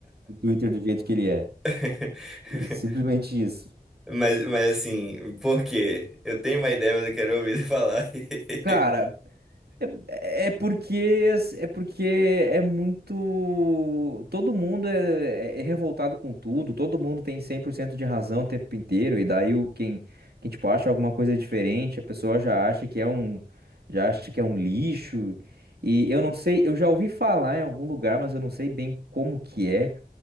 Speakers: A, on the right; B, in the centre.
A: O Twitter do jeito que ele é.
B: <laughs>
A: É Simplesmente isso.
B: Mas, mas assim, por quê? Eu tenho uma ideia, mas eu quero ouvir você falar. <laughs>
A: Cara, É é porque, é porque é muito. Todo mundo é, é é revoltado com tudo, todo mundo tem 100% de razão o tempo inteiro, e daí o, quem, quem tipo, acha alguma coisa diferente, a pessoa já acha que é um, já acha que é um lixo. E eu não sei, eu já ouvi falar em algum lugar, mas eu não sei bem como que é.